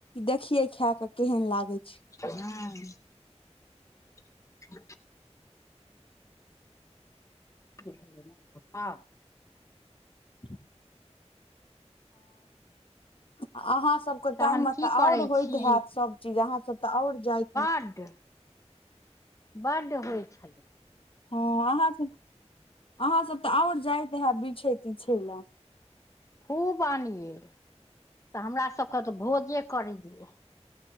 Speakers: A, on the left; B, on the left.
A: देखिये खाय के केहन लागे छै
B: ह <inaudible> ह <inaudible> भेलस <inaudible>
A: ह हअहाँसभके
B: तहन
A: टाइममे
B: की
A: तऽ आओर
B: करै
A: होइत
B: छी
A: हैत सभ चीज अहाँसभ त आउर जाइत हैत
B: पड <inaudible> बड्ड होइ छलै
A: हँ अहाँ सब अहाँ सब तऽ आओर जाइत हैब बिछय तिछय लए
B: खूब आनिये तऽ हमरा सबके तऽ भोजे करैये